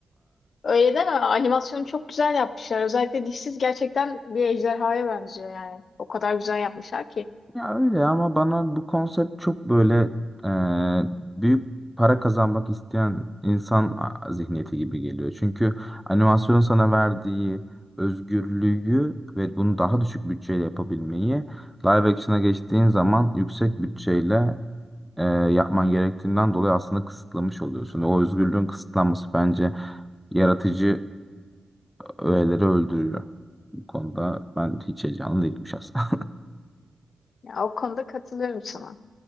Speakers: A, on the left; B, in the centre.
A: Öyle deme. Animasyonu çok güzel yapmışlar. Özellikle dişsiz gerçekten bir ejderhaya benziyor yani. O kadar güzel yapmışlar ki.
B: Ya öyle ama bana bu konsept çok böyle e, büyük para kazanmak isteyen insan a- zihniyeti gibi geliyor. Çünkü animasyonun sana verdiği özgürlüğü ve bunu daha düşük bütçeyle yapabilmeyi live action'a geçtiğin zaman yüksek bütçeyle e, yapman gerektiğinden dolayı aslında kısıtlamış oluyorsun. o özgürlüğün kısıtlanması bence yaratıcı öğeleri öldürüyor. Bu konuda ben hiç heyecanlı değilim şahsen.
A: Ya, o konuda katılıyorum sana.